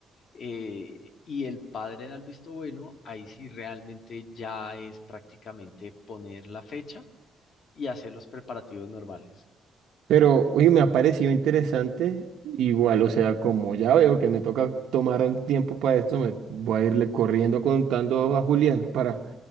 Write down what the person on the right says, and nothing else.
Pero, oye, me ha parecido interesante. Igual, o sea, como ya veo que me toca tomar un tiempo para esto, me voy a irle corriendo contando a Julián para,